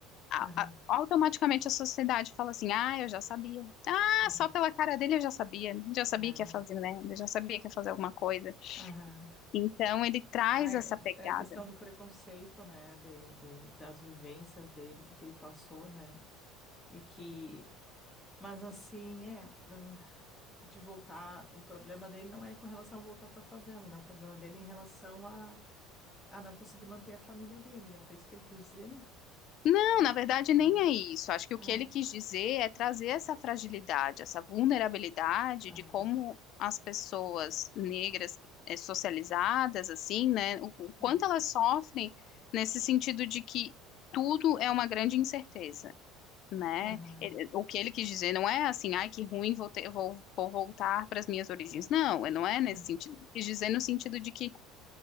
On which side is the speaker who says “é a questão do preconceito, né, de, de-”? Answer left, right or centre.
Left